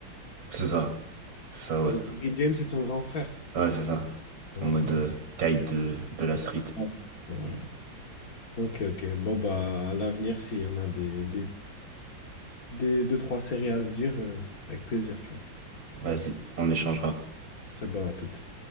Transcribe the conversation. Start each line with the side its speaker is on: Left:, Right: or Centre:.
Right: C'est ça. C'est ça, ouais.
Left: Et Kerry James, c'est son grand frère.
Right: Ouais, c'est ça.
Left: Ouais,
Right: En mode
Left: c'est ça.
Right: euh, caïd de, de la street.
Left: Ouais. Ouais. Ok, ok. Bon, bah, à l'avenir, s'il y en a des, des, des deux, trois séries à se dire, euh, avec plaisir, tu vois.
Right: Vas-y, on échangera.
Left: Ça va, à toutes.